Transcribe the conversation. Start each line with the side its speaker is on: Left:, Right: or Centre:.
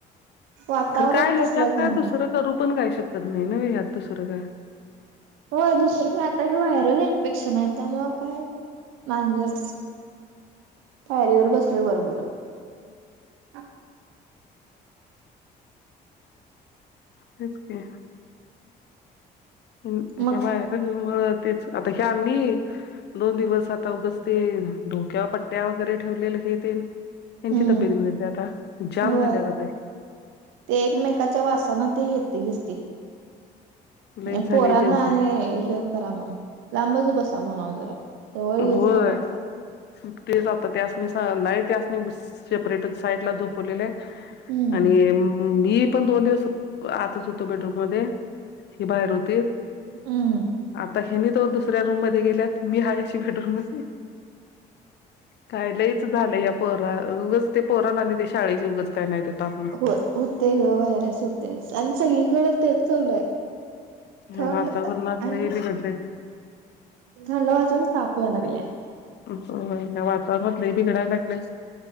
Right: वातावरण
Left: तर काय ह्याच्यात
Right: तसलं
Left: काय
Right: झालंय
Left: दुसरं करू पण काही शकत नाही ना ह्यात दुसरं काय
Right: होय दुसरं आता हे व्हायरल इन्फेक्शन आहे त्यामुळं काय मांजर पायरीवर बसलय वर बोलाव
Left: तेच की ह्या
Right: मग
Left: व्हायरल मुळं तेच आता हे आम्ही दोन दिवस आता ऊगच ते डोक्यावर पट्ट्या वगैरे ठेवलेल हे तेन त्यांची
Right: हम्म
Left: तब्येत बिघडली आता जाम
Right: होय
Left: झाली आता ते
Right: ते एकमेकाच्या वासाना ते येत हेच ते
Left: लईच
Right: आणि
Left: झालंय
Right: पोरांना
Left: त्यांचं
Right: हे करा म्हणाव लांबच बसा म्हणाव जरा जवळ येऊच
Left: होय
Right: नका म्हण
Left: तेच त्यास नी स नाही त्या सेपरेट साईड ला झोपवलेले
Right: हम्म
Left: आणि मी पण दोन दिवस आताच होतो बेडरूम मध्ये हि बाहेर होती
Right: हम्म
Left: आता हेनी तो दुसऱ्या रूम मध्ये गेल्यात मी आहे अशी बेडरूम मध्ये. खायला या पोरांचं काय त्या उगाच पोरांचं शाळेचा काय तुम्ही टाकलं तो.
Right: हो होते ग, व्हायरस होते आणि सगळी कडे तेच सुरू आहे.
Left: ह्या
Right: थंड
Left: वातावरणात
Right: आणि
Left: लय बिघडलंय
Right: थंड वाजून ताप यायला लागला.
Left: हो वातावरण लय बिघडायला लागलेय.